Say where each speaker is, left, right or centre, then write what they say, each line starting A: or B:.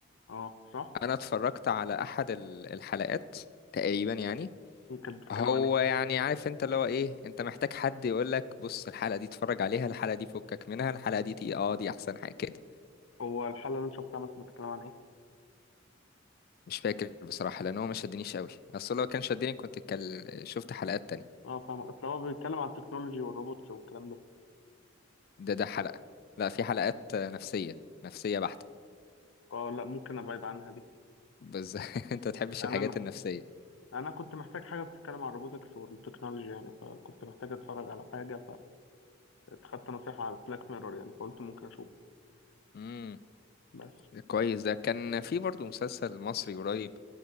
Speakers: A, on the left; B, on the left.
A: اه صح؟
B: انا اتفرجت على احد ال- الحلقات تقريبا يعني
A: هي كانت بتتكلم
B: هو
A: عن ايه؟
B: يعني عارف انت اللي هو ايه انت محتاج حد يقول لك بص الحلقة دي اتفرج عليها الحلقة دي فكك منها الحلقة دي تي اه دي احسن حاجة كده
A: هو الحلقة اللي انت شفتها مثلا بتتكلم عن ايه؟
B: مش فاكر بصراحة لان هو ما شدنيش قوي اصل لو كان شدني كنت اتكل- شفت حلقات تانية
A: اه فاهم اصل هو بيتكلم عن التكنولوجي والروبوتس والكلام ده
B: ده ده حلقة لا في حلقات آه، نفسية نفسية بحتة
A: اه لا ممكن ابعد عنها دي
B: بس <laughs> انت تحبش
A: انا
B: الحاجات
A: انا
B: النفسية
A: انا كنت محتاج حاجة بتتكلم عن الروبوتكس والتكنولوجي يعني فكنت محتاج اتفرج على حاجة فاتخدت نصيحة على بلاك ميرور يعني فقلت ممكن اشوفه
B: امم
A: بس
B: كويس ده كان في برضو مسلسل مصري قريب